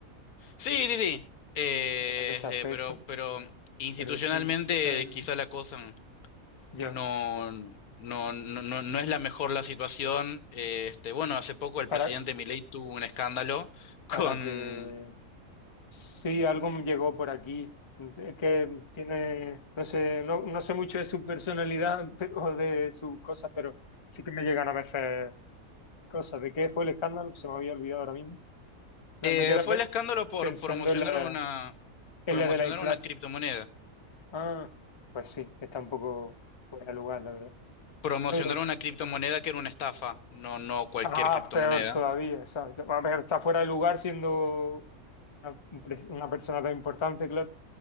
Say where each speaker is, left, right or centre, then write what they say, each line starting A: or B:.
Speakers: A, on the left; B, on the left.
A: Sí, sí, sí. Eh,
B: en ese
A: este,
B: aspecto.
A: pero, pero institucionalmente
B: Pero sí, el-
A: quizá la cosa
B: ya.
A: no, no, no, no, no es la mejor la situación. Eh, este, bueno, hace poco el
B: Para,
A: presidente Milei tuvo un escándalo con...
B: para que... Sí, algo me llegó por aquí. Es que tiene, no sé, no, no sé mucho de su personalidad <laughs> pero, o de sus cosas, pero sí que me llegan a veces cosas. ¿De qué fue el escándalo? Se me había olvidado ahora mismo. No,
A: eh,
B: Me queda
A: fue
B: pe-
A: el escándalo por
B: pensando
A: promocionar
B: en la,
A: una,
B: en
A: promocionar
B: la de la inflación.
A: una criptomoneda.
B: Ah, pues sí, está un poco fuera de lugar, la verdad.
A: Promocionar
B: Eh,
A: una criptomoneda que era una estafa, no, no cualquier
B: Ah,
A: criptomoneda.
B: peor todavía, ¿sabes? A ver, está fuera de lugar siendo una, un pres- una persona tan importante, claro.